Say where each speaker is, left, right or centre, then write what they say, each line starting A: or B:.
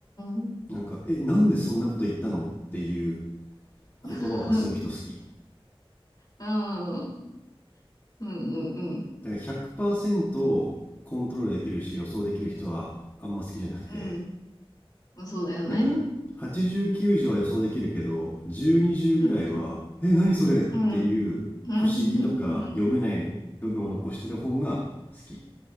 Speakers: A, on the left; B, on the left.
A: ん、
B: なんか、え、なんでそんなこと言ったのっていう言葉を発する人好き。
A: <laughs> うーん、うん、うん、うん、
B: だから100%コントロールできるし予想できる人はあんま好きじゃなくて、
A: うんうんそうだよね。
B: なんか80、90は予想できるけど、10、20ぐらいは、
A: うん、うん、
B: え、何それっていう不思議とか読めない部分を残してる方が好き。
A: うん、うん、うん、うん、